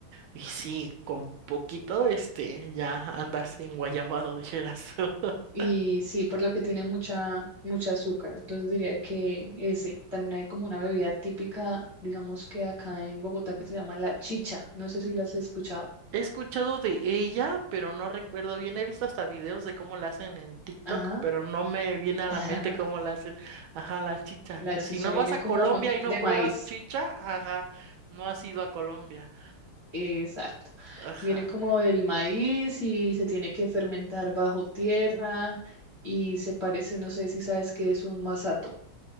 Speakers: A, on the right (about 75°); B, on the left (about 30°).
A: Y sí, con poquito, este, ya andas en guayabado, dijeras. <laughs>
B: Y sí, por lo que tiene mucha, mucha azúcar. Entonces diría que ese. También hay como una bebida típica, digamos que acá en Bogotá, que se llama la chicha. No sé si la has escuchado.
A: He escuchado de ella, pero no recuerdo bien. He visto hasta videos de cómo la hacen en TikTok,
B: Ajá.
A: pero no me viene a la
B: <laughs>
A: mente cómo la hacen. Ajá, la chicha.
B: La
A: Que
B: chicha
A: si no
B: viene
A: vas a
B: como
A: Colombia y
B: de
A: no pruebas
B: maíz.
A: chicha, ajá, no has ido a Colombia.
B: Exacto.
A: Ajá.
B: Viene como del maíz y se tiene que fermentar bajo tierra y se parece, no sé si sabes qué es un masato.